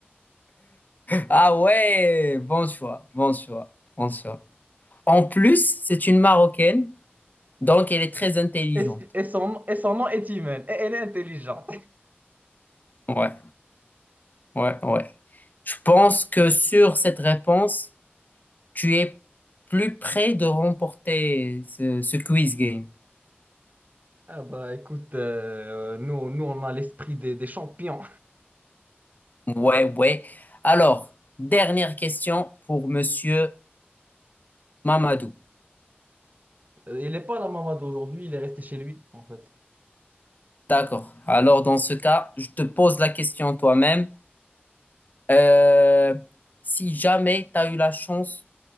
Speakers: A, on the left; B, on the right.
A: Ah ouais, bon choix, bon choix, bon choix. En plus, c'est une Marocaine, donc elle est très intelligente.
B: Et, et son, et son nom est humain. Et elle est intelligente.
A: Ouais, ouais, ouais. Je pense que sur cette réponse, tu es plus près de remporter ce, ce quiz game.
B: Ah bah écoute, euh, nous, nous on a l'esprit des, des champions.
A: Ouais, ouais. Alors, dernière question pour Monsieur Mamadou.
B: Euh, Il n'est pas dans Mamadou aujourd'hui, il est resté chez lui en fait.
A: D'accord. Alors, dans ce cas, je te pose la question toi-même. Euh, si jamais tu as eu la chance